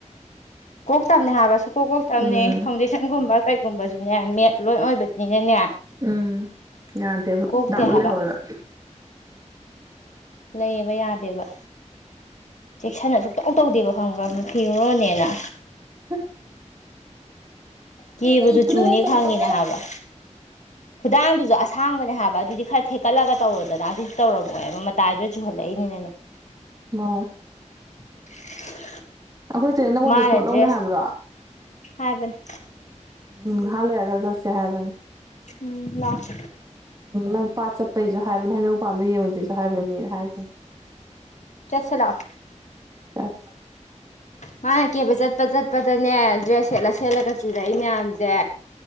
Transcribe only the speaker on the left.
ꯀꯣꯛꯇꯝꯅꯦ ꯍꯥꯏꯕꯁꯨ ꯀꯣꯛꯀꯣꯛ ꯇꯝꯅꯦ
ꯐꯥꯎꯟꯗꯦꯁꯟꯒꯨꯝꯕ ꯀꯩ ꯒꯨꯝꯕꯁꯨꯅꯦ ꯃꯦꯠ ꯂꯣꯏ ꯑꯣꯏꯕꯅꯤꯅꯅꯦ
ꯀꯣꯛꯇꯦ
ꯍꯥꯏꯕ
ꯂꯩꯕ ꯌꯥꯗꯦꯕ ꯆꯦꯛꯁꯤꯟꯅ ꯁꯨꯛꯇꯧ ꯇꯧꯗꯦꯕ ꯈꯪꯕ꯭ꯔꯅ ꯐꯤꯔꯨꯔꯣꯅꯦꯅ
ꯀꯦꯕꯗꯨ
ꯆꯨꯅꯤ
ꯈꯪꯉꯤꯅꯦ
ꯍꯥꯏꯕ ꯈꯨꯗꯥꯡꯗꯨꯁꯨ ꯑꯁꯥꯡꯕꯅꯦ ꯍꯥꯏꯕ ꯑꯗꯨꯗꯤ ꯈꯔ ꯊꯦꯛꯀꯠꯂꯒ ꯇꯧꯔꯨꯗꯅ ꯑꯗꯨꯗꯤ ꯇꯧꯔꯝꯃꯣꯏꯅꯦꯕ ꯃꯇꯥꯏꯗꯨꯗ ꯆꯨꯍꯜꯂꯛꯏꯅꯤꯅꯦ <unintelligible>
<unintelligible>
ꯃꯥꯅ
ꯗ꯭ꯔꯦꯁ
ꯍꯥꯏꯕꯅꯦ
ꯎꯝ ꯂꯥꯛꯑꯣ
ꯆꯠꯁꯦ ꯂꯥꯛꯑꯣ
ꯃꯥꯅ ꯀꯦꯕ ꯆꯠꯄ ꯆꯠꯄꯗꯅꯦ ꯗ꯭ꯔꯦꯁ ꯁꯦꯠꯂ ꯁꯦꯠꯂꯒ ꯆꯨꯔꯛꯏ ꯃꯌꯥꯝꯁꯦ